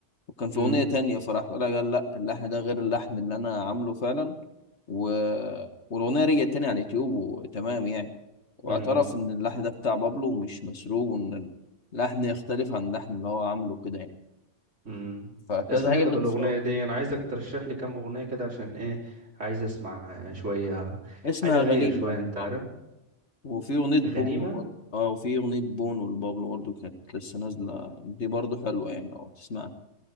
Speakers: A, on the left (about 65°); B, on the right (about 85°).
A: وكان في
B: مم.
A: أغنية تانية فراح قال لا لا اللحن ده غير اللحن اللي أنا عامله فعلا و... والأغنية رجعت تاني على اليوتيوب وتمام يعني واعترف
B: مم.
A: إن اللحن ده بتاع بابلو ومش مسروق وإن اللحن يختلف عن اللحن اللي هو عامله كده يعني
B: مم.
A: فكذا
B: اسمها
A: حاجة
B: ايه طب
A: بتصادم
B: الاغنية دي انا عايزك ترشح لي كام اغنية كده عشان ايه عايز اسمع آه، شوية
A: اسمها
B: عايز اغير
A: غنيمة
B: شوية
A: لبابلو
B: انت عارف
A: وفي أغنية بونو
B: غنيمة
A: برضه اه وفي أغنية بونو لبابلو برضه كانت لسه نازلة دي برضه حلوة يعني لو تسمعها